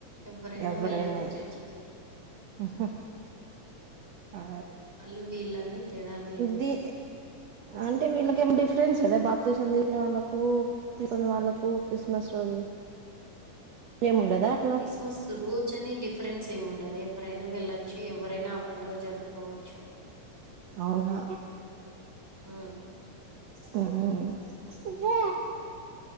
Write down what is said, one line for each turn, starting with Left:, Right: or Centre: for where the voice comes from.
Centre: ఎవ్వరైనా
Right: ఎవరైనా
Centre: వెళ్ళొచ్చు
Right: ఎల్
Centre: చర్చికి
Right: ఆహా! ఆ!
Centre: అలు వీళ్ళన్ ని తేడా లేదు
Right: ది అంటే వీళ్ళకి ఏమో డిఫరెన్స్ అదా బాప్తిస్ట్ అందిని వాళ్ళకు తీకుని వాళ్ళకు క్రిస్మస్ రోజు ఏముండదా అట్లా?
Centre: క్రిస్మస్ రోజని డిఫరెన్స్ ఏమి ఉండదు ఎవరైనా వెళ్ళొచ్చు ఎవరైనా పండుగ జరుపుకోవచ్చు
Right: అవునా!
Centre: ఉ
Right: ఊ